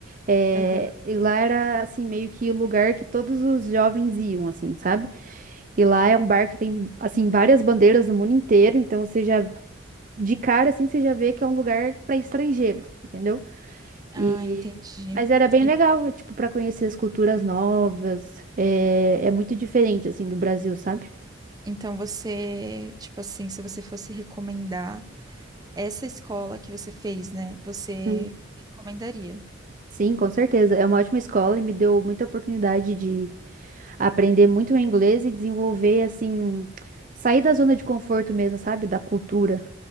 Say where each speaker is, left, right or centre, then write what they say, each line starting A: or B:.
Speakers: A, on the right; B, on the right.
A: É,
B: Aham.
A: e lá era, assim, meio que o lugar que todos os jovens iam, assim, sabe? E lá é um bar que tem, assim, várias bandeiras do mundo inteiro, então você já de cara assim você já vê que é um lugar para estrangeiro, entendeu?
B: Ah,
A: E
B: entendi.
A: mas era bem
B: En-
A: legal, tipo, para conhecer as culturas novas. É, é muito diferente assim do Brasil, sabe?
B: Então você, tipo assim, se você fosse recomendar essa escola que você fez, né? Você
A: Hum.
B: recomendaria?
A: Sim, com certeza. É uma ótima escola e me deu muita oportunidade de aprender muito o inglês e desenvolver assim, sair da zona de conforto mesmo, sabe? Da cultura.